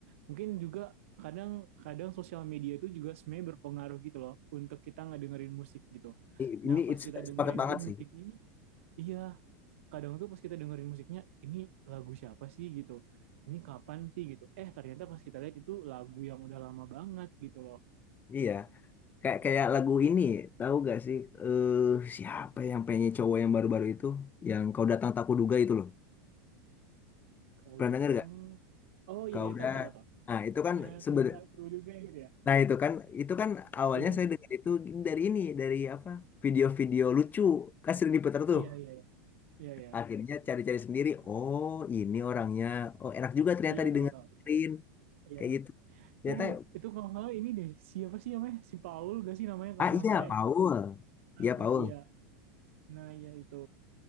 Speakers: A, on the right; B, on the left.
A: Mungkin juga kadang kadang sosial media itu juga sebenarnya berpengaruh gitu loh untuk kita ngedengerin musik gitu.
B: I- Ini
A: Nah pas
B: it's
A: kita
B: sepakat
A: dengerin
B: banget
A: tuh
B: sih.
A: musiknya, iya kadang tuh pas kita dengerin musiknya ini lagu siapa sih gitu ini kapan sih gitu eh ternyata pas kita lihat itu lagu yang udah lama banget gitu loh
B: Iya. Kayak kayak lagu ini, tahu gak sih? Eh siapa yang penyanyi cowok yang baru-baru itu, yang kau datang tak kuduga itu loh.
A: kau
B: Pernah
A: datang
B: denger gak?
A: oh iya
B: Kau
A: iya
B: udah.
A: tahu tahu tahu tahu
B: Nah itu
A: kau
B: kan
A: datang
B: seben.
A: satu juga gitu ya
B: Nah itu kan itu kan awalnya
A: iya
B: saya dengar itu dari ini, dari apa? Video-video lucu kan sering diputar tuh.
A: iya iya iya iya iya
B: Akhirnya cari-cari sendiri. Oh ini orangnya. Oh enak juga ternyata
A: iya
B: didengerin
A: tahu tahu iya
B: kayak gitu.
A: itu
B: Ternyata
A: itu kalau nggak salah ini deh siapa sih namanya si Paul gak sih namanya kalau
B: ah
A: nggak
B: iya
A: salah
B: Paul,
A: ya
B: iya
A: ah
B: Paul.
A: iya nah iya itu